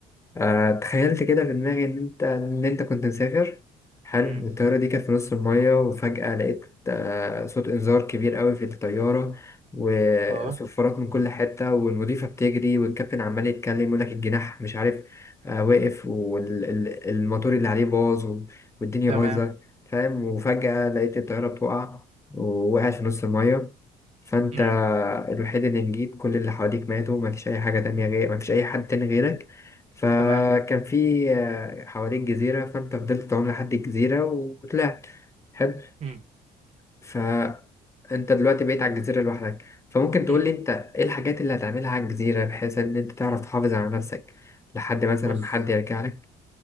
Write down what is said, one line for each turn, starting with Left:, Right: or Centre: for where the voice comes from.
Left: آه، تخيلت كده في دماغي ان انت ان انت كنت مسافر حلو
Right: مم.
Left: الطياره دي كانت في نص الميه وفجاه لقيت آه، صوت انذار كبير قوي في الطياره وصفارات
Right: اه
Left: من كل حته والمضيفه بتجري والكابتن عمال يتكلم يقول لك الجناح مش عارف آه، واقف والموتور اللي عليه باظ و- والدنيا
Right: تمام
Left: بايظه فاهم وفجاه لقيت الطياره بتقع ووقعت في نص الميه فانت
Right: مم.
Left: الوحيد اللي نجيت كل اللي حواليك ماتوا مفيش اي حاجه تانية غير مفيش اي حد تاني غيرك فكان
Right: تمام
Left: في آه، حواليك جزيرة فأنت فضلت تعوم لحد الجزيرة وطلعت حلو
Right: مم.
Left: فأنت دلوقتي بقيت على الجزيرة لوحدك فممكن تقولي
Right: مم.
Left: أنت إيه الحاجات اللي هتعملها على الجزيرة بحيث إن أنت تعرف تحافظ على نفسك لحد مثلا
Right: بص
Left: ما حد يرجع لك